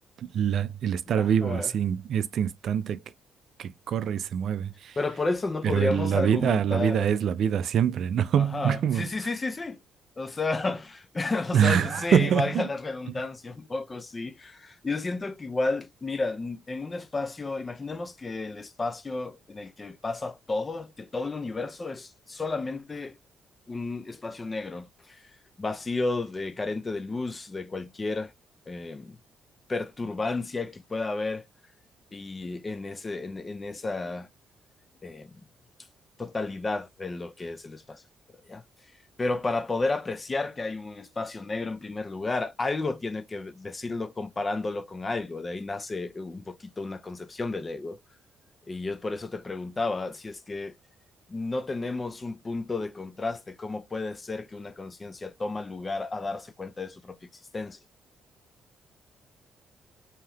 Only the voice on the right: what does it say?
la- el estar
vivo así en este instante que, que corre y se mueve.
Pero
el- la
vida, la vida es la vida siempre, ¿no? <laughs>
Como...
<laughs>